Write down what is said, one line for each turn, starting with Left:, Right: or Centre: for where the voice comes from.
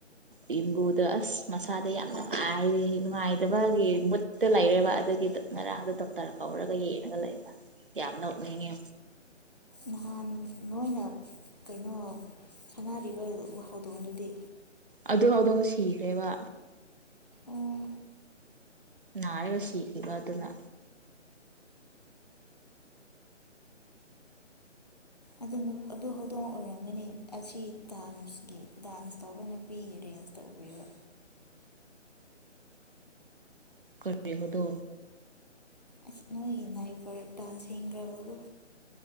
Right: ꯏꯦꯝꯕꯨꯗ ꯑꯁ ꯃꯁꯥꯗ ꯌꯥꯝꯅ ꯍꯥꯏꯗꯤ ꯅꯨꯡꯉꯥꯏꯇꯕꯒꯤ ꯃꯨꯠꯇ ꯂꯩꯔꯦꯕ ꯑꯗꯨꯒꯤ ꯉꯔꯥꯡꯗ ꯗꯣꯛꯇꯔ ꯀꯧꯔꯒ ꯌꯦꯡꯉꯒ ꯂꯩꯕ ꯌꯥꯝ ꯅ ꯑꯣꯛꯅꯤꯡꯉꯦ
Left: ꯅꯍꯥꯟ ꯅꯣꯏꯅ ꯀꯩꯅꯣ ꯁꯥꯟꯅꯔꯤꯕ ꯍꯧꯗꯣꯡꯗꯨꯗꯤ
Right: ꯑꯗꯨ ꯍꯧꯥꯎꯗꯣꯡꯗ ꯁꯤꯈ꯭ꯔꯦꯕ
Left: ꯑꯣ
Right: ꯅꯥꯔꯕꯁꯤ ꯀꯂ ꯑꯗꯨ ꯑꯗꯨꯅ
Left: ꯑꯗꯨ ꯑꯗꯨ ꯍꯧꯗꯣꯡ ꯑꯣꯏꯔꯣꯣ ꯈꯪꯒꯅꯤ ꯑꯁꯤ ꯗꯥꯟꯁ ꯗꯥꯟꯁ ꯇꯧꯕ ꯅꯨꯄꯤ ꯜꯁꯇ ꯎꯕꯤꯕ
Right: ꯀꯔꯤꯔꯤ ꯍꯗꯣ
Left: ꯑꯁ ꯅꯣꯏꯒꯦ ꯅ ꯏꯕꯔ ꯗꯗꯥꯥꯟꯟꯁ ꯍꯦ ꯔꯔꯕꯣ